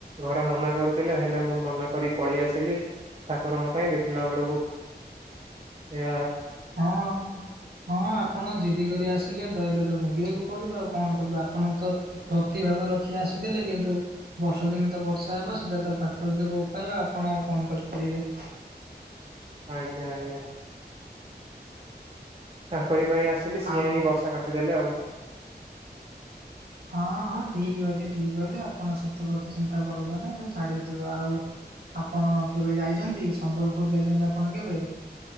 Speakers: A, on the right; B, on the right.
A: ଘରେ ମନା କରୁଥିଲେ ହେଲେ ମୁଁ ମନା କରି ପଳେଇ ଆସିଲି ଠାକୁରଙ୍କ ପାଇଁ ଦେଖିଲା ବେଳକୁ ସେ
B: ହଁ। ହଁ ଆପଣ ଜିଦି କରି ଆସିଲେ ତ ଏବେ ତ ଭୋଗିବାକୁ ପଡିବ ଆଉ କଣ କର ଆପଣ ତ ଭାବ ରଖି ଆସିଥିଲେ କିନ୍ତୁ ବର୍ଷ ଦିନ ତ ବର୍ଷା ହେବ ସେଇଟା ତ ପ୍ରାକୃତିକ ଉପାୟ ଆପଣ କଣ କରିପାରିବେ
A: ଆଜ୍ଞା ଆଜ୍ଞା ତାଙ୍କରି ପାଇଁ ଆସିଲି ସିଏ
B: ଆଉ
A: ହଇ ବର୍ଷା କାଚି ଦେଲେ ଆଉ
B: ହଁ ହଁ ଠିକ୍ ଅଛି ଠିକ୍ ଅଛି ଆପଣ ସେଥିପ୍ର ତି ଚିନ୍ତା କରନ୍ତୁ ନାହିଁ ସେ ଛାଡିଯିବ ଆଉ ଆପଣ କେବେ ଯାଇଛନ୍ତି ସମ୍ବଲପୁର ଯାଇଛନ୍ତି ଆପଣ କେବେ?